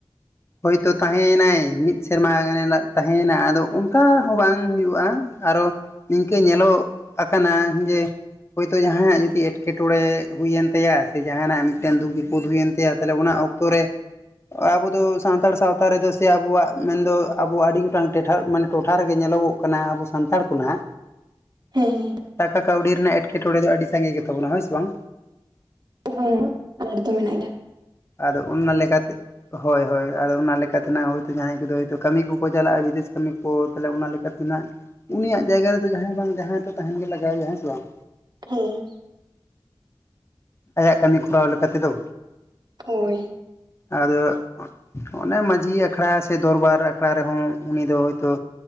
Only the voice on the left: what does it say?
ᱦᱳᱭᱛᱳ ᱛᱟᱦᱮᱭᱮᱱᱟᱭ, ᱢᱤᱫ ᱥᱮᱨᱢᱟ ᱜᱟᱱᱮ ᱛᱟᱦᱮᱭᱮᱱᱟ᱾ ᱟᱫᱚ ᱚᱱᱠᱟ ᱦᱚᱸ ᱵᱟᱝ ᱦᱩᱭᱩᱜᱼᱟ ᱾ ᱟᱨᱚᱼᱼ ᱱᱤᱝᱠᱟᱹ ᱧᱮᱞᱚᱜ ᱟᱠᱟᱱᱟ ᱡᱮᱼᱼ ᱦᱳᱭᱛᱳ ᱡᱟᱦᱟᱸᱭᱟᱜ ᱡᱩᱫᱤ ᱮᱴᱠᱮᱴᱚᱬᱮ ᱦᱩᱭᱮᱱ ᱛᱟᱭᱟ ᱾ ᱥᱮ ᱡᱟᱦᱟᱱᱟᱜ ᱢᱤᱫᱴᱮᱱ ᱫᱩᱠ ᱵᱤᱯᱚᱫᱽ ᱦᱩᱭᱮᱱ ᱛᱟᱭᱟ᱾ ᱛᱟᱦᱚᱞᱮ ᱚᱱᱟ ᱚᱠᱛᱚᱼᱼ ᱚᱠᱛᱚ ᱨᱮ, ᱟᱵᱚ ᱫᱚᱼᱼ ᱥᱟᱱᱛᱟᱲ ᱥᱟᱶᱛᱟ ᱨᱮᱫᱚ ᱥᱮ ᱟᱵᱚᱣᱟᱜ ᱢᱮᱱᱫᱚ, ᱟᱵᱚ ᱟᱹᱰᱤ ᱜᱚᱴᱟᱝ ᱴᱮᱴᱷᱟ ᱢᱟᱱᱮ ᱴᱚᱴᱷᱟ ᱨᱮᱜᱮ ᱧᱮᱞᱚᱜᱚᱜᱼᱼ ᱠᱟᱱᱟ᱾ ᱟᱵᱚ ᱥᱟᱱᱛᱟᱲ ᱠᱚ ᱱᱟᱜᱼᱼ
ᱴᱟᱠᱟ ᱠᱟᱹᱣᱰᱤ ᱨᱮᱱᱟᱜ ᱮᱴᱠᱮᱴᱚᱬᱮ ᱫᱚ ᱟᱹᱰᱤ ᱥᱟᱸᱜᱮ ᱜᱮ ᱛᱟᱵᱚᱱᱟ ᱦᱳᱭ ᱥᱮ ᱵᱟᱝ?
ᱟᱫᱚ ᱚᱱᱟ ᱞᱮᱠᱟᱛᱮ, ᱦᱳᱭ, ᱦᱳᱭ, ᱚᱱᱟ ᱞᱮᱠᱟᱛᱮᱱᱟᱜ ᱦᱳᱭᱛᱚ ᱡᱟᱦᱟᱸᱭ ᱠᱚᱠᱚ ᱪᱟᱞᱟᱜᱼᱟ᱾ ᱵᱤᱫᱮᱥ ᱠᱟᱹᱢᱤ ᱠᱚ᱾ <unintelligible> ᱛᱟᱦᱚᱞᱮ ᱚᱱᱟ ᱞᱮᱠᱟᱛᱮ ᱱᱟᱦᱟᱜ, ᱩᱱᱤᱭᱟᱜ ᱡᱟᱭᱜᱟ ᱨᱮᱫᱚ ᱡᱟᱦᱟᱸᱭ ᱵᱟᱝ ᱡᱟᱦᱟᱸᱭ ᱛᱚ ᱛᱟᱦᱮᱱ ᱜᱮ ᱞᱟᱜᱟᱣ ᱮᱭᱟ ᱦᱮᱸ ᱥᱮ ᱵᱟᱝ᱾
ᱟᱭᱟᱜ ᱠᱟᱹᱢᱤ ᱠᱚᱨᱟᱣ ᱞᱮᱠᱟ ᱛᱮᱫᱚ᱾
ᱟᱫᱚ ᱚᱱᱮ ᱢᱟᱺᱡᱷᱤ ᱟᱠᱷᱲᱟ ᱥᱮ ᱫᱚᱨᱵᱟᱨ ᱟᱠᱷᱲᱟ ᱨᱮᱦᱚᱸ, ᱩᱱᱤ ᱫᱚ ᱦᱳᱭᱛᱳᱼᱼ